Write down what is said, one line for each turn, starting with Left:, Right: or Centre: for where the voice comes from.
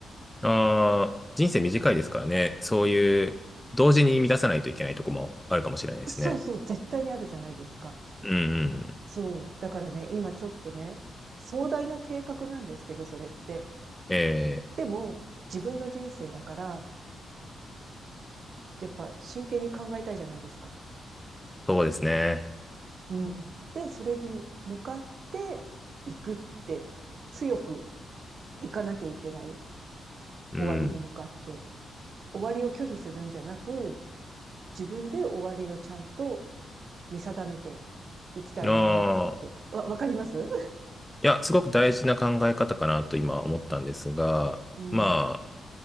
Centre: ああ、人生短いですからね。そういう、同時に満たさないといけないとこもあるかもしれないですね。
Right: そうそう、絶対にあるじゃないですか。
Centre: うんうん。
Right: そう。だからね、今ちょっとね、壮大な計画なんですけど、それって。
Centre: ええ、
Right: でも、自分の人生だから、やっぱ真剣に考えたいじゃないですか。
Centre: そうですね。
Right: うん。で、それに向かっていくって、強くいかなきゃいけない。
Centre: うん。
Right: 終わりに向かって。終わりを拒否するんじゃなく、自分で終わりをちゃんと見定めていきたいなって。
Centre: ああ、
Right: わ、わかります
Centre: いや、すごく大事な考え方かなと今思ったんですが、
Right: うん。
Centre: まあ、